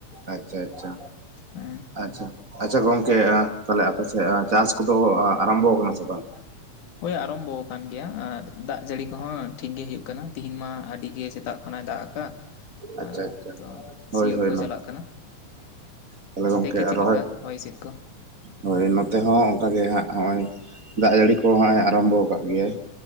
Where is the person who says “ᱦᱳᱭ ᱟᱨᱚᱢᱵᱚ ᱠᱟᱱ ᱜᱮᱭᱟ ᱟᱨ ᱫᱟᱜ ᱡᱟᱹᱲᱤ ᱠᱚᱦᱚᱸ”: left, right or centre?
Left